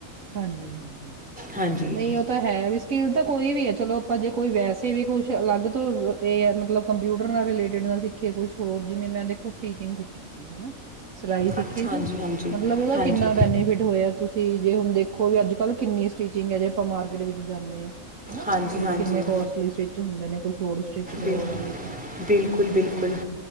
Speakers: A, on the right; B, in the centre.
A: ਹਾਂਜੀ ਹਾਂਜੀ
B: ਹਾਂਜੀ
A: ਨਹੀਂ ਉਹ ਤਾਂ ਹੈ ਵੀ ਸਕਿੱਲ ਤਾਂ ਕੋਈ ਵੀ ਹੈ ਚਲੋ ਆਪਾਂ ਜੇ ਕੋਈ ਵੈਸੇ ਵੀ ਕੁਛ ਅਲੱਗ ਤੋਂ ਇਹ ਐ ਮਤਲਬ ਕੰਪਿਊਟਰ ਨਾਲ ਰਿਲੇਟਿਡ ਨਾ ਸਿੱਖੇ ਕੁਛ ਹੋਰ ਜਿਵੇਂ ਮੈਂ ਦੇਖੋ ਸਟੀਚਿੰਗ ਸਿੱਖੀ ਸੀ ਹਨਾ ਸਿਲਾਈ ਸਿੱਖੀ
B: ਅੱਛਾ
A: ਸੀ
B: ਹਾਂਜੀ ਹਾਂਜੀ
A: ਮਤਲਬ ਉਹਦਾ
B: ਹਾਂਜੀ
A: ਕਿੰਨਾ ਬੈਨੀਫਿਟ ਹੋਇਆ ਤੁਸੀਂ ਜੇ ਹੁਣ ਦੇਖੋ ਵੀ ਅੱਜ ਕੱਲ੍ਹ ਕਿੰਨੀ ਸਟਿਚਿੰਗ ਹੈ ਜੇ ਆਪਾਂ ਮਾਰਕੀਟ ਵਿੱਚ ਜਾਂਨੇ ਹਾਂ ਹਨਾ
B: ਹਾਂਜੀ
A: ਸੂਟ
B: ਹਾਂਜੀ
A: ਕਿੰਨੇ ਕੋਸਟਲੀ ਸਟਿੱਚ ਹੁੰਦੇ ਨੇ ਕੁਛ ਹੋਰ ਸਟਿਚ ਕਰਵਾਉਣਾ
B: ਬਿਲਕੁਲ
A: ਤੁਸੀਂ
B: ਬਿਲਕੁਲ